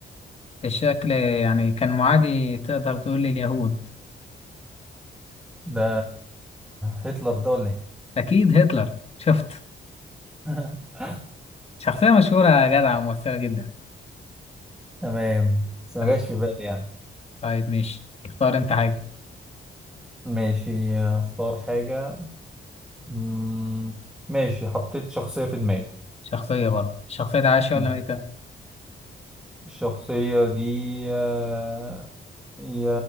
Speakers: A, on the left (about 30°); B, in the centre.
A: الشكل يعني كان معادي تقدر تقول لليهود
B: ده هتلر ده ولا ايه
A: اكيد هتلر شفت
B: <laughs>
A: شخصية مشهورة يا جدع ومؤثرة جدا
B: تمام بس ما
A: تمام
B: جاش في بالي يعني
A: طيب ماشي اختار انت حاجة
B: ماشي اختار حاجة مم، ماشي حطيت شخصية في دماغي
A: شخصية برضه الشخصية دي عايشة
B: مم.
A: ولا ميتة؟
B: الشخصية دي آه، هي